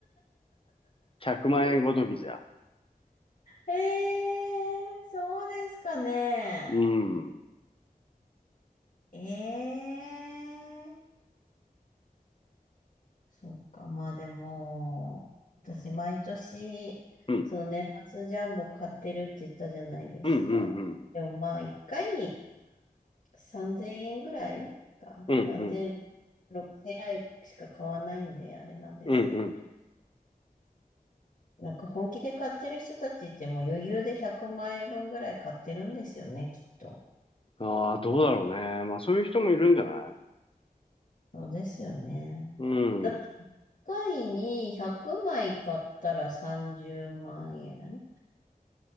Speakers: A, on the left; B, on the left.
A: 100万円ごときじゃ。
B: えー、そうですかね。
A: うん。うん。
B: ええーそっか。まあでも、私毎年、
A: うん
B: その年末ジャンボ買ってるって言ったじゃないですか。
A: うんうん。
B: でもまあ一回に3000円ぐらいか。
A: うん。
B: 3000、
A: うん。
B: 6 0 0円ぐらいしか買わないんで、あれなんですけど。
A: うん。うん
B: なんか本気で買ってる人たちってもう余裕で100万円分ぐらい買ってるんですよね、きっと。
A: ああー、どうだろうね。まあ、そういう人もいるんじゃない
B: そうですよね。
A: うん。
B: だって1回に100枚買ったら30万円。